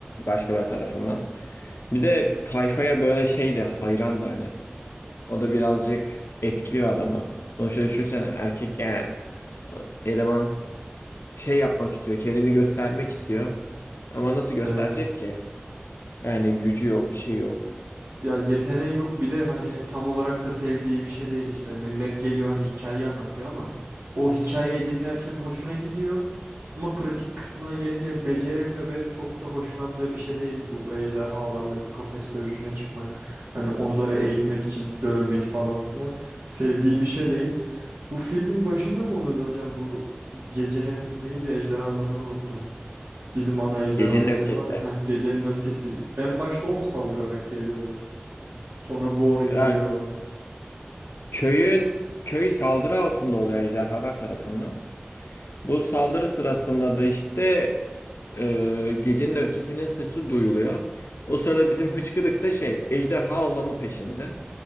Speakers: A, on the left (about 75°); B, on the right (about 55°).
A: başkaları tarafından. Bir de tayfaya böyle şey de hayran da hani. O da birazcık etkiliyor adamı. Sonuçta düşünsene erkek yani e, eleman şey yapmak istiyor. Kendini göstermek istiyor. Ama nasıl gösterecek
B: Evet.
A: ki? Yani gücü yok, bir şey yok.
B: Ya yeteneği yok bir de hani tam olarak da sevdiği bir şey değil işte. Millet geliyor hani hikayeyi anlatıyor ama o hikayeyi dinlerken hoşuna gidiyor. Ama pratik kısmına gelince beceremiyor ve çok da hoşlandığı bir şey değil bu ejderhalarla yok kafes dövüşüne çıkmak. Hani onları eğitmek için dövmek falan filan sevdiği bir şey değil. Bu filmin başında mı oluyordu hocam bu gecenin neydi ejderhanın adını unuttum. Bizim ana ejderha
A: Gecenin
B: siyah
A: öfkesi.
B: var ya. heh, gecenin öfkesi. En başta o mu saldırarak geliyordu? Sonra bu onu indiriyordu.
A: Ya köyün köy saldırı altında oluyor ejderhalar tarafından. Bu saldırı sırasında da işte e, gecenin öfkesinin sesi duyuluyor. O sırada bizim hıçkıdık da şey ejderha avlamı peşinde.